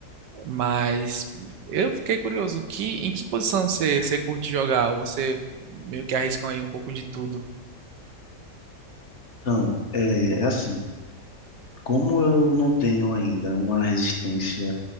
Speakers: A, on the right; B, on the left.
A: mas eu fiquei curioso, que, em que posição você, você curte jogar? Ou você meio que arrisca aí um pouco de tudo?
B: Então, é, é assim, como eu não tenho ainda uma resistência